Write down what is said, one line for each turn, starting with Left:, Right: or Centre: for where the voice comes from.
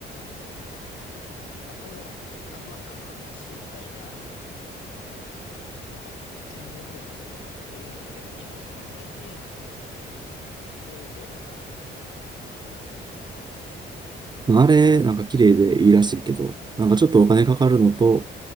Left: まあ、あと、あとなんか、まあ飯以外な。なんか、兼六園とか、庭園あったよね。日本三大庭園の一つみたいな。あれ、どうなんやろ。
Right: まあ、あれ、なんか綺麗でいいらしいけど、なんかちょっとお金かかるのと、